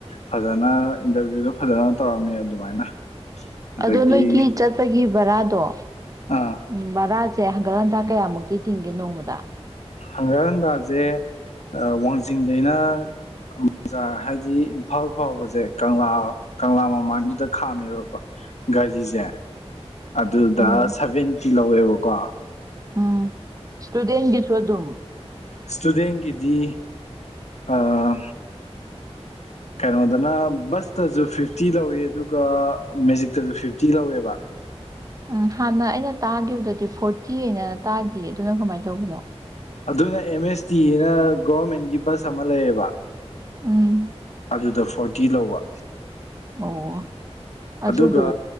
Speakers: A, on the left; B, on the right.
A: ꯐꯖꯅ ꯏꯟꯇꯔꯚꯤꯌꯨꯗꯣ ꯐꯖꯅ ꯇꯧꯔꯝꯃꯦ ꯑꯗꯨꯃꯥꯏꯅ ꯑꯗꯒꯤ
B: ꯑꯗꯣ ꯅꯣꯏꯒꯤ ꯆꯠꯄꯒꯤ ꯕꯔꯥꯗꯣ
A: ꯑꯥ
B: ꯎꯝ ꯕꯔꯥ ꯁꯦ ꯍꯪꯒꯠ ꯍꯟꯗꯥ ꯀꯌꯥꯃꯨꯛꯇꯤ ꯇꯤꯡꯒꯦ ꯅꯣꯡꯃꯗ
A: ꯍꯪꯒꯠ ꯍꯟꯗꯥꯁꯦ ꯋꯥꯡꯖꯤꯡꯗꯩꯅ ꯕꯖꯥꯔ ꯍꯥꯏꯗꯤ ꯏꯝꯐꯥꯜ ꯐꯥꯎꯕꯁꯦ ꯀꯪꯂꯥ ꯀꯪꯂꯥ ꯃꯃꯥꯡꯗꯨꯗ ꯈꯥꯝꯃꯦꯕ ꯒꯥꯔꯤꯁꯦ ꯑꯗꯨꯗ
B: ꯎꯝ
A: ꯁꯚꯦꯟꯇꯤ ꯂꯧꯋꯦꯕꯣ ꯀꯣ
B: ꯎꯝ ꯏꯁꯇꯨꯗꯦꯟꯒꯤꯁꯨ ꯑꯗꯨꯝ
A: ꯁ꯭ꯇꯨꯗꯦꯟꯒꯤꯗꯤ ꯑꯥ ꯀꯩꯅꯣꯗꯅ ꯕꯁꯇꯁꯨ ꯐꯤꯐꯇꯤ ꯂꯧꯋ ꯑꯗꯨꯒ ꯃꯦꯖꯤꯛꯇꯁꯨ ꯐꯤꯐꯇꯤ ꯂꯧꯋꯦꯕ
B: ꯎꯝ ꯍꯥꯟꯅ ꯑꯩꯅ ꯇꯥꯈꯤꯕꯗꯗꯤ ꯐꯣꯔꯇꯤ ꯑꯅ ꯇꯥꯈꯤ ꯑꯗꯨꯅ ꯀꯃꯥꯏꯅ ꯇꯧꯕꯅꯣ
A: ꯑꯗꯨꯅ ꯑꯦꯝ ꯑꯦꯁ ꯇꯤ ꯑꯅ ꯒꯣꯔꯃꯦꯟꯒꯤ ꯕꯁ ꯑꯃ ꯂꯩꯌꯦꯕ
B: ꯎꯝ
A: ꯑꯗꯨꯗ ꯐꯣꯔꯇꯤ ꯤ ꯂꯧꯕ
B: ꯑꯣ ꯑꯗꯨꯗꯨ
A: ꯑꯗꯨꯒ